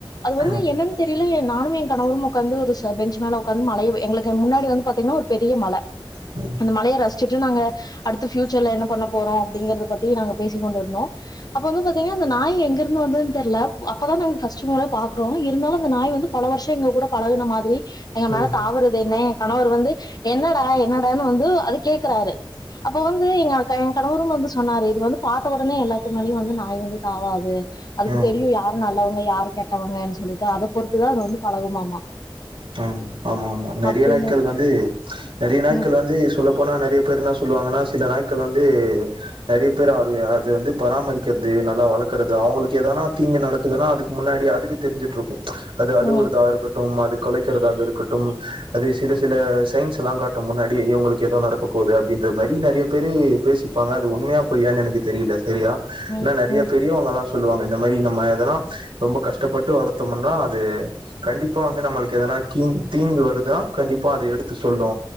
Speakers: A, on the left; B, on the right.
A: அது வந்து
B: ம்
A: என்னன் தெரிய்ல என் நானு என் கணவரும் உக்காந்து ஒரு ச பெஞ்சு மேல உக்காந்து மலைய எங்களுக் முன்னாடி வந்து பாத்தீங்கன்னா ஒரு பெரிய மல
B: ம்
A: அந்த மலைய ரசிச்சுட்டு நாங்க அடுத்து ஃப்யூச்சர்ல என்ன பண்ண போறோ அப்டிங்கிறத பத்தி நாங்க பேசிக்கொண்டிரிந்தோ அப்போ வந்து பாத் தீங்னா அந்த நாய் எங்கேர்ந்து வந்துதுன் தெர்ல அப்பதா நாங்க ஃபஸ்ட்டு மொற பாக்குறோ இருந்தாலு அந்த நாய் வந்து பல வர்ஷொ எங்கக் கூட பழகுன மாதிரி எங்க
B: ம்
A: மேல தாவறது என்ன ஏங் கணவர் வந்து என்னடா என்னடான்னு வந்து அது கேக்குறாரு அப்போ வந் து எங்க ஏங் கணவரும் வந்து சொன்னாரு இது வந்து பாத்த ஒடனே எல்லாத்து மேலயு வந்து நாய் வந்து தாவாது அதுக்கு
B: ம்
A: தெரியு யாரு நல்லவங்க யாரு கெட்டவங்கன் சொல்லிட்டு அதப் பொறுத்துதா அது வந்து பழகுமாமா
B: ம் ஆமா ஆமா நறைய
A: அப்டின்னு
B: நாய்க்கள் வந்து நறைய நாய்க்கள்
A: ம்
B: வந்து சொல்லப் போனா நறைய பேர் என்னா சொல்லுவாங்கன்னா சில நாய்க்கள் வந்து நறைய பேர் அவரு அது வந்து பராமரிக்கிறது நல்லா வளக்குறது அவ்ங்களுக்கு ஏதானா தீங்கு நடக்குதுன்னு அதுக் முன்னாடி அதுக்கு தெரிஞ்சுட்ருக்கு அது அழுவறதா
A: ம்
B: இருக்கட்டும் அது கொழைக்கிறதாகருக் கட்டும் அது சில சில சயின்ஸ் எல்லா காட்டு முன்னாடி இவ்ங்களுக்கு ஏதோ நடக்க போது அப்டின்ற மாரி நறைய பேரு பேசிப்பாங்க அது உண்மையா பொய்யான்னு எனக்கு தெரியல சேரியா
A: ம்
B: ஏனா நெறைய
A: ம்
B: பெரிய அவங்க எல்லா சொல்லுவாங்க இந்த மாரி நம்ம இததெல்லா ரொம்ப கஷ்டப்பட்டு வளத்தமுனா அது கண்டிப்பா வந்து நம்மளுக்கு எதனா கீங் தீங்கு வருதா கண்டிப்பா அத எடுத்து சொல்லு